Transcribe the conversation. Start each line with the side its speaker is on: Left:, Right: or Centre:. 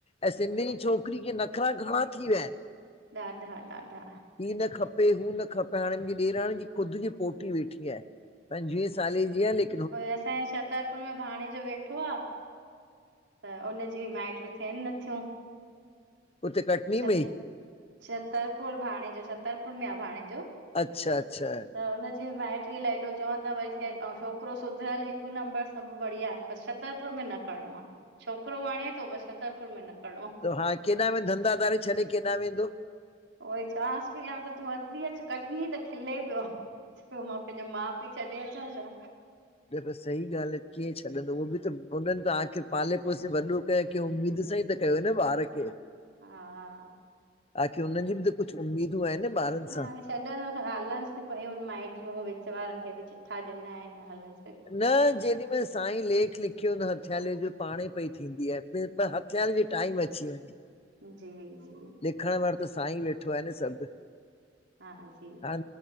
Left: ऐं सिंधियुनि जी छोकिरी के नखरा घणा थी विया आहिनि।
Right: ॾाढा- ॾाढा
Left: हीउ न खपे, हू न खपे, हाणे मुंहिंजी ॾेराणी जी खुदि जी पोटी वेठी आहे। पंजवीह सालनि जी आहे। ल
Right: असांजे छात्तर ॻोठु में भाणे जो वेठो आहे त हुनजी माइटी थियनि नथियूं।
Left: उते कटनी
Right: छत
Left: में ई?
Right: छतरपुर भाणे जो, छतरपुर में आहे भाणे जो।
Left: अच्छा- अच्छा
Right: त हुनजी माइटीअ लाइ एॾो चवनि था, भई ऐं छोकिरो सुधरियल हिकु नंबर सभु बढ़िया। बसि छतरपुर में न करिणो आहे। छोकिरो वणे थो, बसि छतरपुर में न करिणो आहे।
Left: त हा केॾा में धंधा धारे छॾे केॾा में वेंदो?
Right: उहोई चवासं पई, या त तूं अची अच कटनी त खिले पियो। पोइ मां पंहिंजा माउ पीउ छॾे अचां छा?
Left: न त सही ॻाल्हि आहे, कीअं छॾींदो उहो बि त, हुननि त आख़िर पाले पोसे वॾो कयो, कंहिं उमेद सां ई त कयो न ॿार खे।
Right: हा हा
Left: आखिर हुननि जी बि त कुझु उमेदूं आहिनि न। ॿारनि
Right: न
Left: सां
Right: हाणे छॾनि हलनिस थी पयूं माइटियूं विच वारनि खे बि चिठा ॾिना आहिनि। हलस
Left: न जेॾी महिल साईं लेख लिखियो न हथियाले जो पाण ई पई थींदी आहे। थियण जो टाइम अची वञे।
Right: जी -जी
Left: लिखण वारो त साईं वेठो आहे न सभु।
Right: हा हा जी
Left: हाणे